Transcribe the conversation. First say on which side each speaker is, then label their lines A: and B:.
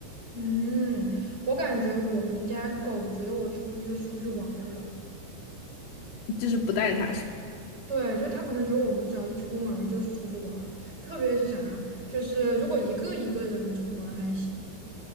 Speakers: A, on the right (about 20°); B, on the left (about 75°).
A: 嗯，我感觉我们家狗觉得我出去就是出去玩儿了。
B: 就是不带它是吧。
A: 对，就他可能觉得我们只要一出门儿就是出去玩儿，特别是啥，就是如果一个一个人出门儿还行，